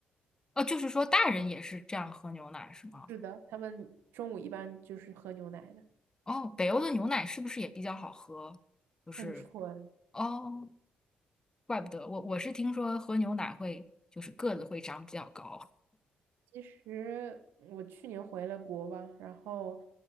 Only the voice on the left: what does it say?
哦，就是说大人也是这样喝牛奶是吗？
哦，北欧的牛奶是不是也比较好喝？就是
哦，怪不得我我是听说喝牛奶会就是个子会长比较高